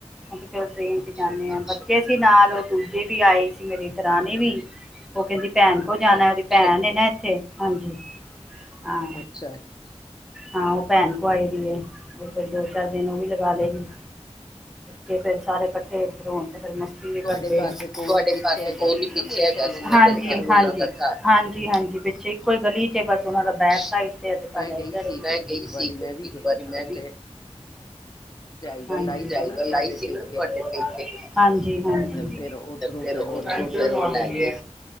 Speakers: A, in the centre; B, on the left.
A: ਅੱਜ ਕੱਲ ਟ੍ਰੇਨ
B: ਅੱਛਾ
A: ਚ ਜਾਂਨੇ ਆ ਬੱਚੇ ਬੱਚੇ ਨਾਲ ਉਹ ਦੂਜੇ ਵੀ ਆਏ ਸੀ ਮੇਰੀ ਦਰਾਣੀ ਵੀ ਉਹ ਕਹਿੰਦੀ ਭੈਨ ਕੋਲ
B: ਅੱਛਾ
A: ਜਾਨਾ ਉਹਦੀ ਭੈਨ ਏ ਨਾ ਥੇ ਹਾਂਜੀ। ਹਾਂ
B: ਅੱਛਾ ਅੱਛਾ
A: ਹਾਂ ਉਹ ਭੈਣ ਕੋ ਆਈ ਹੋਈ ਹੈ ਉਹ ਫਿਰ ਦੋ ਚਾਰ ਦਿਨ ਉਹ ਵੀ ਲਗਾ ਲਏਗੀ। ਤੇ ਫਿਰ ਸਾਰੇ ਇਕੱਠੇ
B: ਅੱਛਾ
A: ਹੋਣ ਆਣ ਤੇ ਫੇਰ ਮਸਤੀ ਵੀ ਕਰਦੇ
B: ਤੁਹਾਡੇ ਘਰ
A: ਆ
B: ਦੇ ਕੋਲ
A: ਤੁਹਾਡੇ
B: ਹੀ ਪਿੱਛੇ
A: ਘਰ ਦੇ
B: ਹੈਗਾ
A: ਕੋਲ
B: ਸੀ
A: ਨੀ
B: ਨਾ
A: ਪਿੱਛੇ
B: ਮੇਰੇ
A: ਹੈਗਾ।
B: ਖਿਆਲ ਉਹਨਾਂ
A: ਹਾਂਜੀ
B: ਦਾ ਘਰ
A: ਹਾਂਜੀ ਹਾਂਜੀ ਪਿੱਛੇ ਇੱਕੋ ਹੀ ਗਲੀ ਚ ਬਸ ਉਹਨਾਂ ਦਾ ਬੈਰ ਮੈਂ
B: ਗਈ ਸੀ ਇੱਕ ਇੱਕ
A: ਗਈ
B: ਵਾਰੀ
A: ਸੀ
B: ਮੈਂ ਵੀ
A: ਇਕ
B: ਗਈ
A: ਵਾਰ
B: ਹਾਂ
A: ਮੈਂ
B: ਉੱਥੇ ਚਾਈਵਲ
A: ਤੁਹਾਡੇ
B: ਆਈ ਸੀ ਨਾ
A: ਕੋਲ
B: ਤੁਹਾਡੇ
A: ਆਈ ਸੀ
B: ਪੇਕੇ
A: ਤੁਹਾਡੇ ਹਾਂਜੀ ਹਾਂਜੀ
B: ਤੇ ਫੇਰ ਉੱਧਰੋਂ
A: ਤੇ ਫੇਰ ਉਹ ਉਧਰ
B: ਲੈ ਗਏ ਸੀ ਨਾਲ
A: ਲੈ ਗਏ।